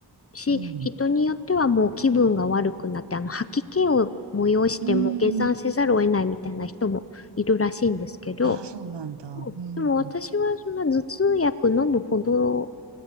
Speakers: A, on the left; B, on the right.
A: し、
B: うん。
A: 人によってはもう気分が悪くなって、あの、吐き気を催しても、
B: うん。
A: 下山せざるを得ないみたいな人もいるらしいんですけど、
B: ああ、そうなんだ。
A: うんでも私はそんな頭痛薬飲むほど
B: うん。